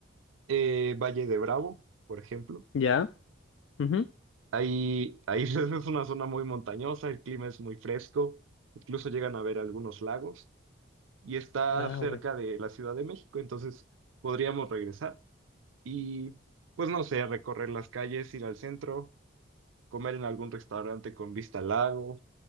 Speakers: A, on the right (about 75°); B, on the left (about 70°).
A: eh, Valle de Bravo, por ejemplo.
B: Ya. ujú.
A: Ahí, ahí <laughs> es una zona muy montañosa, el clima es muy fresco, incluso llegan a ver algunos lagos y está
B: Ah,
A: cerca
B: bueno.
A: de la Ciudad de México, entonces podríamos regresar y pues no sé, recorrer las calles, ir al centro, comer en algún restaurante con vista al lago